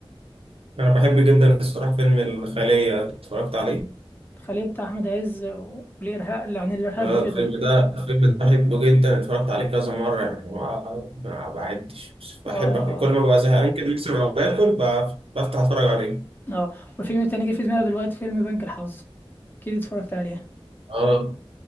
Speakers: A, on the right; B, on the left.
A: انا بحب جدا الصراحة فيلم الخلية اتفرجت عليه
B: الخلية بتاع احمد عز والارهاب اللي عن الارهاب
A: آه،
B: وكده
A: الفيلم ده الفيلم ده بحبه جدا اتفرجت عليه كذا مرة يعني ما ما بعدش بس
B: اه
A: بحب كل ما ببقى زهقان كده مثلا او باكل بف- بفتح اتفرج عليه
B: اه والفيلم التاني جه في دماغي دلوقتي فيلم بنك الحظ اكيد اتفرجت عليه
A: اه